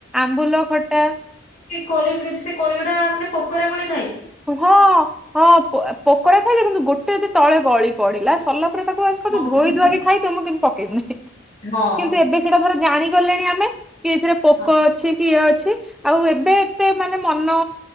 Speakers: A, in the centre; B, on the left.
A: ଆମ୍ବୁଲ ଖଟା
B: କୋଡ଼ି ବି ସେ କୋଡ଼ି ଗୁଡା ମାନେ ପୋକୋରା ଗୋଳି
A: ହଁ ହଁ ପୋକୋଡା ଥାଏ ଯେ କିନ୍ତୁ ଗୋଟେ ଯଦି ତଳେ ଗଳି ପଡିଲା ପରେ ତାକୁ ଆ
B: ମନ-
A: ଧୋଇ ଧଆକ ଖାଇ ତ ମୁଁ କିନ୍ତୁ ପକେଇବନି
B: ହଁ
A: କିନ୍ତୁ ଏବେ ସେଟାର ଜାି ଗଲେଣି ଆମେ କି ଏଥିରେ ପୋକ
B: ହଁ।
A: ଅଛି କିଏ ଅଛି ଆଉ ଏବେ ଏତେ ମାନେ ମନ